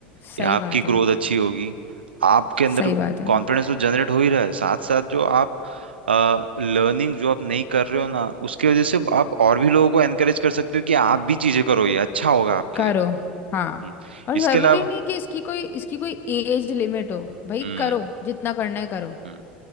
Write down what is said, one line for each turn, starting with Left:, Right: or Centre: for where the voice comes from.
Right: कि
Left: सही
Right: आपकी
Left: बात
Right: ग्रोथ
Left: है
Right: अच्छी होगी आपके अंदर
Left: सही बात है
Right: कॉन्फिडेंस तो जनरेट हो ही रहा है साथ साथ जो आप लर्निंग जो आप नहीं कर रहे हो ना उसकी वजह से आप और भी लोगों को एनकरेज कर सकते हो कि आप भी चीजें करो ये अच्छा होगा आपके
Left: करो
Right: लिए भी
Left: हाँ
Right: हम्म,
Left: और
Right: इसके
Left: जरूरी
Right: अलावा
Left: नहीं कि इसकी कोई इसकी कोई एज लिमिट हो भाई
Right: हम्म
Left: करो जितना करना है करो
Right: हम्म